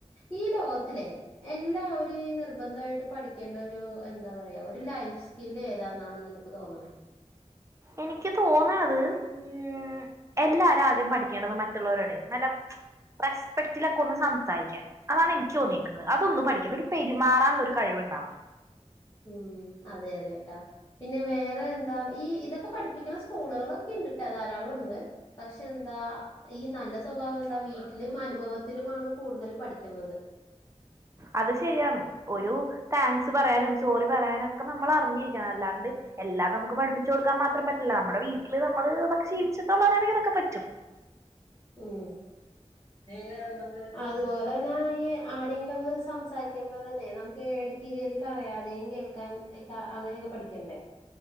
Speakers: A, on the left; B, on the right.
A: ഈ ലോകത്തിലെ എല്ലാ ഒര് നിർബന്ധയിട്ട് പഠിക്കേണ്ട ഒരു എന്താ പറയാ ഒരു ലൈഫ് സ്കില്ല് ഏതാണ്ന്നാണ് നിനക്ക് തോന്നണേ
B: എനിക്ക് തോന്നണത് ഉം എല്ലാരും ആദ്യം പഠിക്കേണ്ടത് മറ്റുള്ളോരോടെ നല്ല റെസ്പെക്റ്റിലൊക്കെ ഒന്ന് സംസാരിക്കാൻ അതാണ് എനിക്ക് തോന്നിയേക്കുന്നത് അതൊന്നും പഠിക്കണം ഒരു പെരുമാറാനുള്ള ഒരു കഴിവുണ്ടാവണം
A: ഉം അതെ അതെ ട്ടാ പിന്നെ വേറെ എന്താ ഈ ഇതൊക്കെ പഠിപ്പിക്കണ സ്കൂളുകളൊക്കെ ഇണ്ടിട്ട ധാരാളവൊണ്ട് പക്ഷെ ഇതെന്താ ഈ നല്ല സ്വഭാവം എന്താ വീട്ടിലും അനുഭവത്തിലുമാണ് കൂടുതല് പഠിക്കുന്നത്
B: അത് ശെരിയാണ് ഒരു താങ്ക്സ് പറയാനും സോറി പറയാനും ഒക്കെ നമ്മളറിഞ്ഞിരിക്കണം അല്ലാ ണ്ട് എല്ലാം നമുക്ക് പഠിപ്പിച്ച് കൊടുക്കാൻ മാത്രം പറ്റില്ല നമ്മുടെ വീട്ടില് നമ്മള് ശീലിച്ചിട്ടോള്ളവരാണെങ്കി അതൊക്കെ പറ്റും
A: ഉം <unintelligible> അതുപോലെ തന്നെ ഈ ആരെങ്കിലും ഒന്ന് സംസാരിക്കുമ്പോ തന്നെ നമ് ക്ക് എടക്ക് കേറി പറയാതെയും കേൾക്കാൻ ക്ക അങ്ങനെയൊക്കെ പഠിക്കണ്ടേ